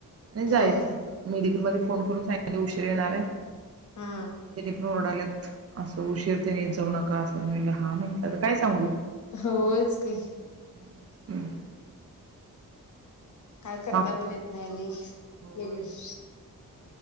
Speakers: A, on the right; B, on the left.
A: आणि जायचं
B: हो
A: मेडिकल मध्ये फोन करून सांगितलं उशिरा..... र येणार आहे....
B: हा
A: त्यांनी पण ओरडलेत <unintelligible> असं उशीरतेने जाऊ नका.... कासारणीला हा म्हटलेलं.... काय सांगू?
B: होयंच की
A: <unintelligible>
B: काय करता
A: माग
B: पण येत नाही अ
A: होय
B: लगेच